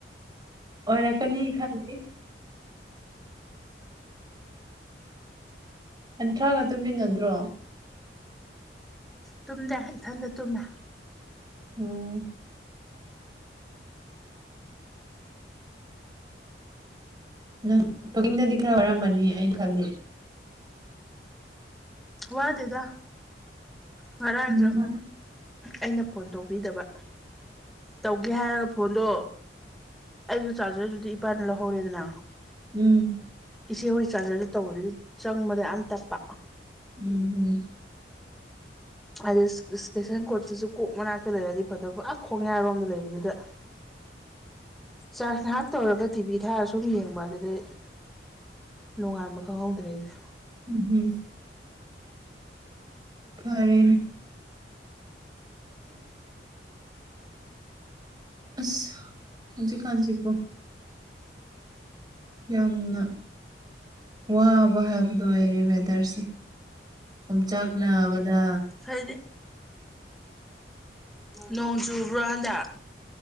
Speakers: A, on the right; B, in the centre.
A: ꯑꯣꯏꯔꯛꯀꯅꯤ ꯈꯜꯂꯤ ꯅꯟꯊ꯭ꯔꯒ ꯇꯨꯝꯃꯤꯟꯅ ꯅꯗ꯭ꯔꯣ
B: ꯇꯨꯝꯗꯦ ꯏꯊꯟꯗ ꯇꯨꯝꯃꯦ
A: ꯎꯝ ꯅꯪ ꯇꯡꯗꯗꯤ ꯈꯔ ꯋꯥꯔꯝꯕꯅꯤ ꯑꯩꯅ ꯈꯜꯂꯤ <unintelligible>
B: ꯋꯥꯗꯦꯗ ꯉꯔꯥꯡꯁꯨ
A: ꯎꯝ
B: ꯑꯩꯅ ꯐꯣꯟ ꯇꯧꯕꯤꯗꯕ ꯇꯧꯒꯦ ꯍꯥꯏꯔꯒ ꯐꯣꯟꯗꯣ ꯑꯩꯁꯨ ꯆꯥꯔꯖꯔꯗꯨꯗꯤ ꯏꯄꯥꯅ ꯂꯧꯍꯧꯔꯦꯗꯅ
A: ꯎꯝ
B: ꯏꯆꯦ ꯍꯣꯏ ꯆꯥꯔꯖꯔꯗꯨ ꯇꯧꯕꯗꯗꯤ ꯆꯪꯕꯗ ꯌꯥꯝ ꯇꯞꯄ
A: ꯎꯝ ꯎꯝ
B: ꯍꯥꯏꯗꯤ ꯏꯁꯇꯦꯁꯟ ꯀꯣꯔꯠꯇꯁꯨ ꯀꯣꯛ ꯃꯅꯥꯛꯇ ꯂꯩꯔꯗꯤ ꯐꯠꯇꯕ ꯑꯥ ꯈꯣꯡꯌꯥꯔꯣꯝꯗ ꯂꯩꯕꯗꯨꯗ
A: <unintelligible>
B: ꯆꯥꯔꯖ ꯉꯥꯏꯍꯥꯛ ꯇꯧꯔꯒ ꯇꯤꯚꯤ ꯊꯥꯔ ꯁꯨꯝ ꯌꯦꯡꯕ ꯑꯗꯨꯗꯤ ꯅꯣꯡꯉꯥꯟꯕ ꯈꯪꯍꯧꯗ꯭ꯔꯦꯁꯦ
A: ꯎꯝ ꯎꯝ ꯐꯔꯦꯅꯦ ꯑꯁ ꯍꯧꯖꯤ ꯀꯥꯟꯁꯤ ꯄꯣ ꯌꯥꯝꯅ ꯋꯥꯕ ꯍꯥꯏꯕꯗꯨꯣ ꯑꯣꯏꯔꯦ ꯋꯦꯗꯔꯁꯦ ꯌꯣꯡꯆꯥꯛ ꯅꯥꯕꯗ
B: ꯍꯥꯏꯗꯤ ꯅꯣꯡ ꯆꯨꯕ꯭ꯔꯣ ꯍꯟꯗꯛ